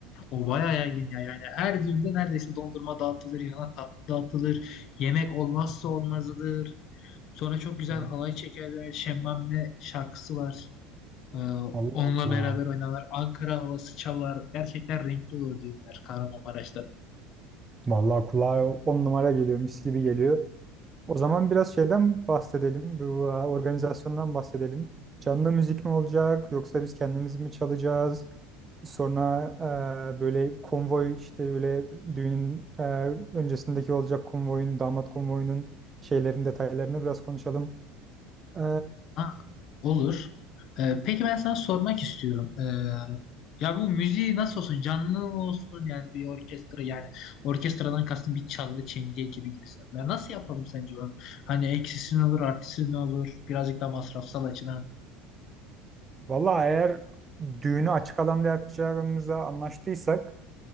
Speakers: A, on the left; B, on the right.
A: O bayağı yaygın ya. Yani her düğünde neredeyse dondurma dağıtılır, yana tatlı dağıtılır. Yemek olmazsa olmazıdır. Sonra çok güzel
B: Hmm.
A: halay çekerler. Şemmame şarkısı var. Ee,
B: Allah
A: onunla
B: Allah.
A: beraber oynanır. Ankara havası çalar. Gerçekten renkli olur düğünler Kahramanmaraş'ta.
B: Vallahi kulağa on numara geliyor, mis gibi geliyor. O zaman biraz şeyden bahsedelim, bu e, organizasyondan bahsedelim. Canlı müzik mi olacak, yoksa biz kendimiz mi çalacağız? Sonra e, böyle konvoy işte böyle düğünün e, öncesindeki olacak konvoyun, damat konvoyunun şeylerin detaylarını biraz konuşalım. E,
A: Ha, olur. Ee, peki ben sana sormak istiyorum. Ee, ya bu müziği nasıl olsun? Canlı mı olsun? Yani bir orkestra yani orkestradan kastım bir çalgı çengi ekibi gibisinden. nasıl yapalım sence onu? Hani eksisi ne olur, artısı ne olur? Birazcık daha masrafsal açıdan.
B: vallahi eğer düğünü açık alanda yapacağımıza anlaştıysak